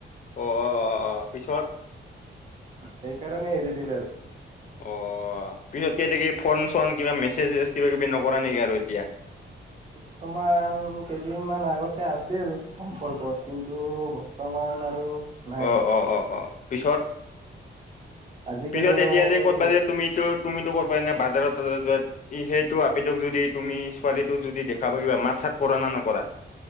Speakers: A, on the left (about 40°); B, on the right (about 30°).
A: অ', অ', অ', অ' পিছত?
B: সেইকাৰণে এৰি দিল আৰু।
A: অ', পিছত কেইতিাক ফোন চন কিবা মেছেজ কিবা কিবি নকৰা নেকি আৰু এতিয়া?
B: বৰ্তমান কেইদিনমান আগতে আছিল সম্পৰ্কত কিন্তু বৰ্তমান আৰু নাই
A: অ', অ', অ', অ' পিছত
B: আজিকালি
A: পিছত
B: আৰু
A: এতিয়া যে ক'তব
B: চ
A: যে। তুমিতো তুমিো ক'বা এনে বাজাৰত ত যাত। ই সেইটো আপদক যদি তুমি ছোৱালীটোক যদি দেখাবা কিবা মাত চাত কৰা না নকৰা?